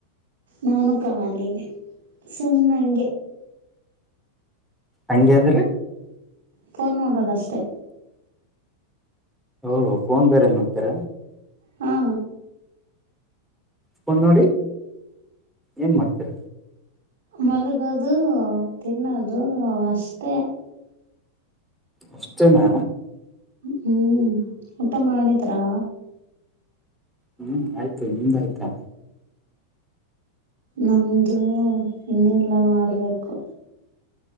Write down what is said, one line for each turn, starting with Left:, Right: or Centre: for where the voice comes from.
Right: ನಾನು ಕಾಲಿನ ಸುಮ್ನೆ ಹಂಗೆ
Centre: ಹಂಗೆ ಅಂದ್ರಿ
Right: ಫೋನ್ ನೋಡೋದಷ್ಟೆ
Centre: ಓ ಫೋನ್ ಬೇರೆ ನೋಡ್ತಾರ
Right: ಹಾ
Centre: ಫೋನ್ ನೋಡಿ ಏನ್ ಮಾಡ್ತೀರ
Right: ಮಲಗೋದು ತಿನ್ನೋದು ಅಷ್ಟೇ
Centre: ಅಷ್ಟತೇ ನಾ
Right: ಹ್ಮ್ ಊಟ ಮಾಡಿದ್ರಾ
Centre: ಹ್ಮ್ ಆಯ್ತು ನಿಮ್ದಾಯ್ತಾ
Right: ನಮದು ಇನ್ನೂಲ್ಲ ಮಾಡಬೇಕು